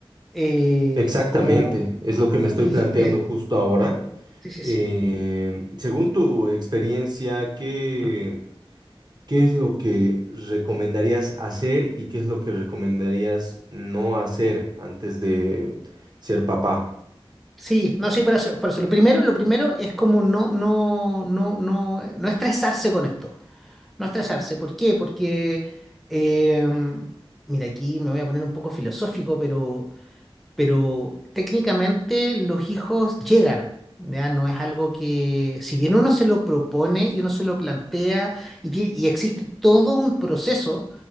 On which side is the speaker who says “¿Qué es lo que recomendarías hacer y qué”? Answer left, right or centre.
Right